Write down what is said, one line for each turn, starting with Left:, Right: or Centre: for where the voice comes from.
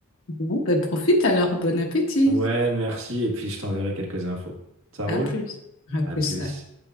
Left: Bon, ben profite alors, bon appétit.
Right: Ouais, merci. Et puis, je t'enverrai quelques infos. Ça
Left: À
Right: roule?
Left: plus. À
Right: À
Left: plus.
Right: plus.